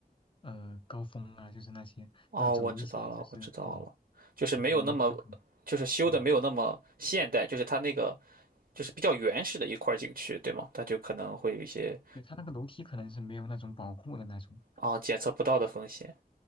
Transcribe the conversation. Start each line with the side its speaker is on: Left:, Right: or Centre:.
Left: 呃，高峰啊，就是那些，
Right: 哦，
Left: 再走一些，
Right: 我知道了，
Left: 就是对，
Right: 我知道了，就是没有那么，
Left: 你可能有有可能，
Right: 就是修的没有那么现代，
Left: 嗯，
Right: 就是它那个就是比较原始的一块儿景区，对吗？它就可能会有一些
Left: 对，它那个楼梯可能是没有那种保护的那种。
Right: 啊、检测不到的风险。